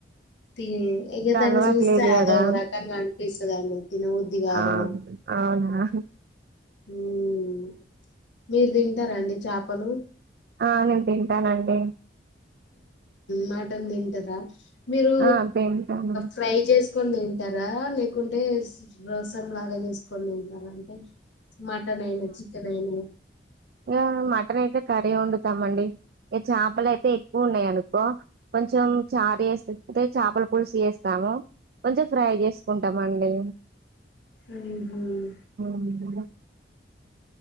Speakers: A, on the left (about 85°); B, on the right (about 55°).
A: తి ఇక దాన్ని
B: అలవాట్లేదు
A: చూస్తే
B: కదా
A: అదోరకంగా అనిపిస్తదండి తినబుద్ధి కాదు
B: ఆ అవునా
A: ఉమ్ మీరు తింటారా అండి చేపలు
B: ఆ నేను తింటానండి
A: మటన్ తింటారా మీరు
B: ఆ తింటాను
A: ఫ్రై చేసుకొని తింటార రా లేకుంటే స్ <unintelligible> లాగా చేసుకొని తింటారా అంటే మటన్ అయినా చికెన్ అయినా
B: ఇంకా మటన్ అయితే కర్రీ వండుతామండి ఇక చేపలు అయితే ఎక్కువ ఉన్నాయి అనుకో కొంచెం చారు వేస్తే తీపితే చేపల పులుసు వేస్తాము కొంచెం ఫ్రై చేసుకుంటామండి
A: ఉమ్మ్
B: హ్మ్.